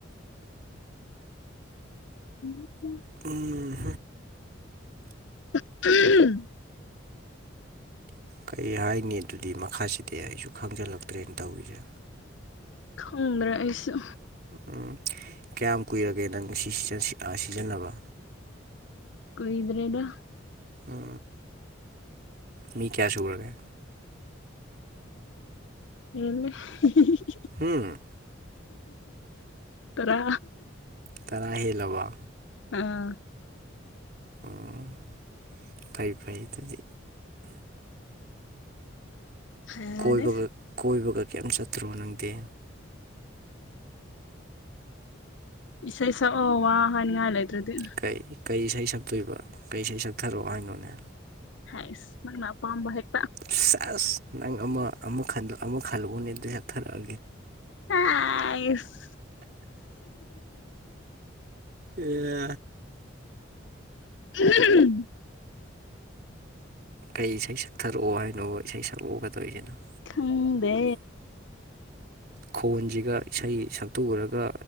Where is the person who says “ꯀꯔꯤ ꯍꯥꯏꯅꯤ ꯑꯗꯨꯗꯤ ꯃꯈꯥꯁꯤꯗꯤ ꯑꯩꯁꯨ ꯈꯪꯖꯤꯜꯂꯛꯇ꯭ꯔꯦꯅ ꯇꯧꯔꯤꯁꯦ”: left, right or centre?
Right